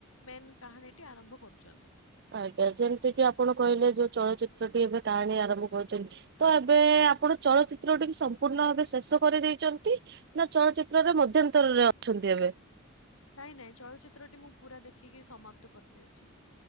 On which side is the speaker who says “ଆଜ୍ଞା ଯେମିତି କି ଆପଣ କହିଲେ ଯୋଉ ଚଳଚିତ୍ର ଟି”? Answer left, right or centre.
Right